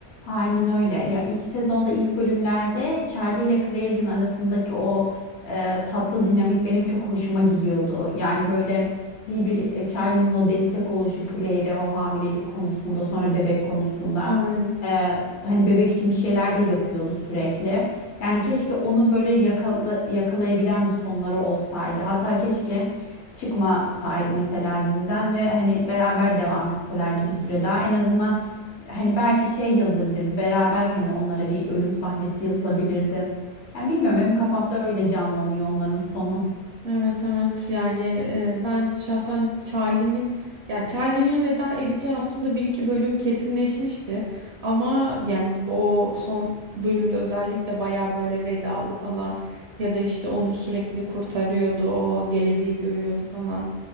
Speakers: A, on the left; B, on the right.
A: Aynen öyle. Ya ilk sezonda ilk bölümlerde Charlie ile Claire'in arasındaki o e, tatlı dinamik benim çok hoşuma gidiyordu. Yani böyle bir, bir e, Charlie'nin o destek oluşu Claire'e o hamilelik konusunda sonra bebek konusunda
B: Aynen.
A: e, hani bebek için bir şeyler de yapıyordu sürekli. Yani keşke onu böyle yakala, yakalayabilen bir sonları olsaydı. Hatta keşke çıkmasaydı mesela diziden ve hani beraber devam etselerdi bir süre daha en azından Hani belki şey yazılabilirdi beraber hani onlara bir ölüm sahnesi yazılabilirdi. Yani bilmiyorum benim kafamda öyle canlanıyor onların sonu.
B: Evet evet yani e, ben şahsen Charlie'nin yani Charlie'nin veda edeceği aslında bir iki bölüm kesinleşmişti ama yani o son bölümde özellikle baya böyle vedalı falan ya da işte onu sürekli kurtarıyordu o geleceği görüyordu falan